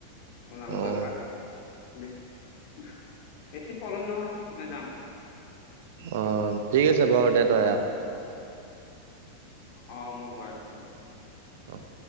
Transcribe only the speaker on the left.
ওলামগৈ
এপাক বিশ। বেছি পলম নহয় মই যাম।
অ, মই গৈ আছোঁ ৰ'হ।